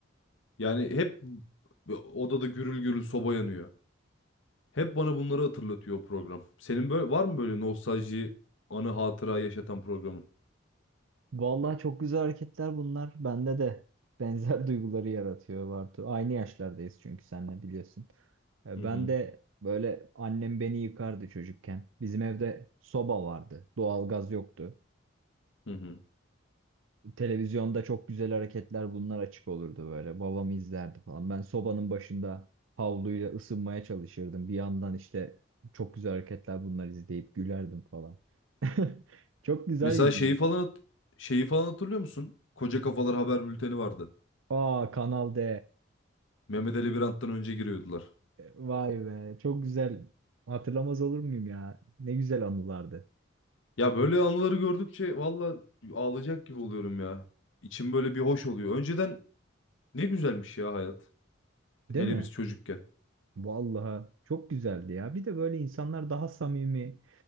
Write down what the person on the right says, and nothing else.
Vallahi çok güzel hareketler bunlar. Bende de benzer <laughs> duyguları yaratıyor Bartu. Aynı yaşlardayız çünkü senle biliyorsun. E,
Ben
de böyle annem beni yıkardı çocukken. Bizim evde soba vardı. Doğalgaz yoktu.
Televizyonda çok güzel hareketler bunlar açık olurdu böyle. Babam izlerdi falan. Ben sobanın başında havluyla ısınmaya çalışırdım. Bir yandan işte çok güzel hareketler bunlar izleyip gülerdim falan. <laughs> Çok güzel
günler.
Aa Kanal D.
Vay be, çok güzel. Hatırlamaz olur muyum ya? Ne güzel anılardı.
Değil
mi?
Vallahi çok güzeldi ya. Bir de böyle insanlar daha samimi.